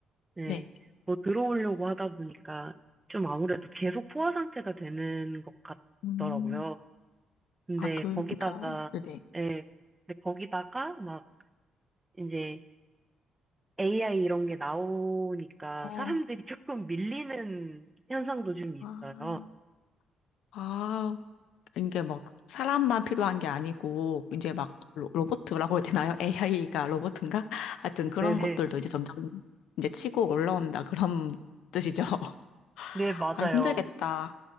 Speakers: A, on the right; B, on the left.
A: 네,
B: 네.
A: 뭐 들어오려고 하다 보니까 좀 아무래도 계속 포화 상태가 되는 것
B: 음,
A: 같더라고요. 근데
B: 아, 그,
A: 거기다가,
B: 그니까, 네네.
A: 예, 근데 거기다가 막 이제 AI 이런 게 나오니까
B: 어,
A: 사람들이 조금 밀리는 현상도 좀 있어요.
B: 아, 아, 이게 막 사람만 필요한 게 아니고 이제 막 로, 로봇이라고 해야 되나요? AI가 로봇인가? 하여튼 그런
A: 네네.
B: 것들도
A: 네,
B: 이제 점점 이제 치고 올라온다 그런 뜻이죠.
A: 네,
B: <laughs>
A: 맞아요.
B: 아 힘들겠다.